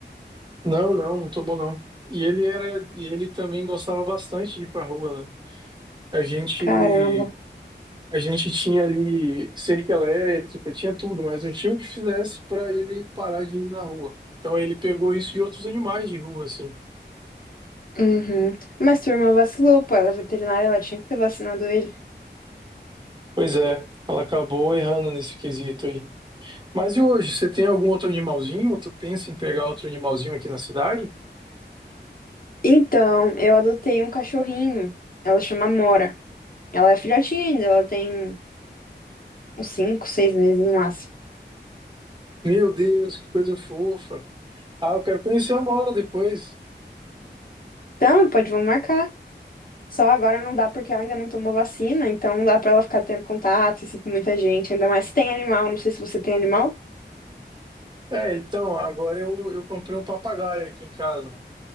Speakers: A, on the right (about 25°); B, on the left (about 50°).
A: Não, não, não tomou não. E ele era, e ele também gostava bastante de ir pra rua, né? A gente,
B: Caramba.
A: a gente tinha ali cerca elétrica, tinha tudo, mas não tinha o que fizesse para ele parar de ir na rua. Então ele pegou isso de outros animais de rua, assim.
B: Uhum. Mas tua irmã vacilou, pô. Ela é veterinária, ela tinha que ter vacinado ele.
A: Pois é, ela acabou errando nesse quesito aí. Mas e hoje, você tem algum outro animalzinho? Ou tu pensa em pegar outro animalzinho aqui na cidade?
B: Então, eu adotei um cachorrinho. Ela chama Mora. Ela é filhotinha ainda, ela tem uns 5, 6 meses no máximo.
A: Meu Deus, que coisa fofa. Ah, eu quero conhecer uma hora depois.
B: Então, pode, vamos marcar. Só agora não dá porque ela ainda não tomou vacina, então não dá pra ela ficar tendo contato assim, com muita gente, ainda mais se tem animal. Não sei se você tem animal.
A: É, então, agora eu, eu comprei um papagaio aqui em casa.